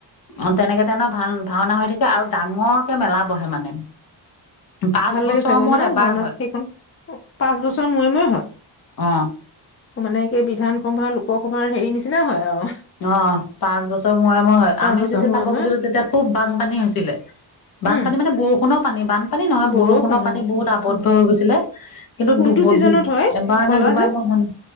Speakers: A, on the left; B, on the left.
A: অ' তেনেকে তেনে ভা ভাওনা হৈ থাকে, আৰু ডাঙৰকে মেলা বহে মানে। পাঁচ
B: ভাল লাগি
A: বছৰৰ
B: চাগে
A: মূৰত
B: ন?
A: এবাৰ
B: ভাওনা
A: হয়
B: সেইখন। পাঁচ বছৰ মূৰে মূৰে হয়।
A: অ
B: মানে সেই বিধান। সভাৰ লোকসভাৰ হেৰি নিচিনা হয় আও।
A: অ' পাঁচ বছৰ মূৰে মই হয়।
B: পাঁচ
A: আমি
B: বছৰ
A: যেতিয়া
B: মূৰে
A: চাব
B: মূৰে
A: গৈছিলোঁ, তেতিয়া খুব বানপানী হৈছিলে। বানপানী
B: উম
A: মানে বৰষুণত পানী বান্ধ। পানী নহয়,
B: বৰষুণ
A: বৰষুণৰ
B: অ
A: পানী বহুত আবদ্ধ
B: উম
A: হৈ গৈছিলে। কিন্তুু
B: কোনটো
A: দুব-
B: ছিজনত
A: দুব
B: হয়
A: এবাৰ
B: কলা
A: নে দুবাৰ
B: যে
A: মই ন,